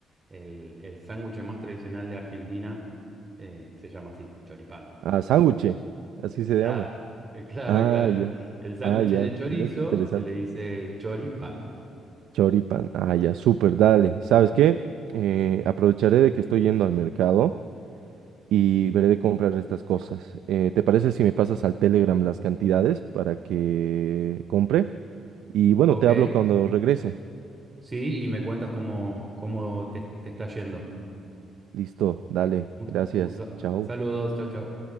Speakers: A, on the right; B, on the right.
A: El, el sándwich más tradicional de Argentina eh, se llama así, choripán.
B: Ah, sándwich, así se
A: Claro,
B: llama.
A: eh, claro,
B: Ah,
A: claro.
B: ya.
A: El sándwich
B: Ah, ya.
A: de chorizo
B: No, qué interesante.
A: se le dice choripán.
B: Choripan. Ah, ya, súper, dale. ¿Sabes qué? Eh, aprovecharé de que estoy yendo al mercado y veré de comprar estas cosas. Eh, ¿te parece si me pasas al Telegram las cantidades para que compre? Y bueno,
A: Ok,
B: te hablo cuando regrese.
A: sí, y me cuentas cómo, cómo te, te está yendo.
B: Listo, dale,
A: Un-
B: gracias,
A: un sa-
B: chao.
A: saludos, chao, chao.